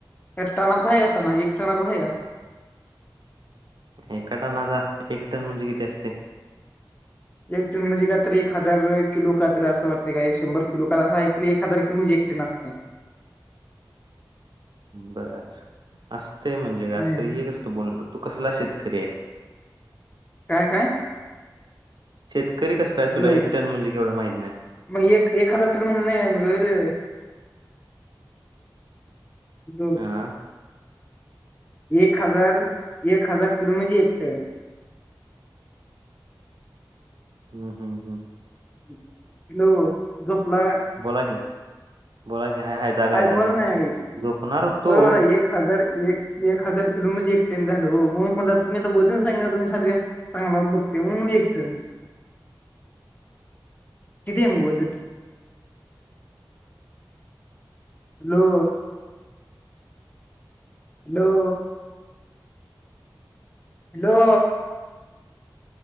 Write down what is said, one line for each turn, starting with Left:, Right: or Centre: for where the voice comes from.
Left: एक टणाच हाये, एक टणा, एक टणाच हाये का?
Right: एका टनाचा एक टन म्हणजे किती असते?
Left: एक टन म्हणजे काय तरी एक हजार किलो काय तरी असं वाटतंय काय शंभर किलो का असा एक हजार किलो म्हणजे एक टन असतंय.
Right: बरं असतंय म्हणजे काय
Left: हम्म
Right: असं हे कसलं बोलणं तू कसला शेतकरी आहेस?
Left: काय काय?
Right: शेतकरी कसला आहेस
Left: हॅलो
Right: तुला एक टन म्हणजे केवढं माहीत नाही.
Left: मग एक एक हजार टन <unintelligible> <unintelligible>
Right: आ.
Left: एक हजार, एक हजार किलो म्हणजे एक टन.
Right: हम् हम् हम्.
Left: हॅलो, झोपला काय?
Right: बोला की, बोला की हाय हाय जागा आहे
Left: ऐकू
Right: जागा
Left: आलं
Right: आहे,
Left: नाही
Right: झोपणार होतो.
Left: बरोबर आहे एक हजार एक हजार किलो म्हंजे एक टन झालं हो म्हणून म्हणलं तुम्ही आता वजन सांगे ना तुम्ही सारखे. चांगला बघतोय म्हणून एक टन, किती आहे मग वजन? लो. हॅलो. लो.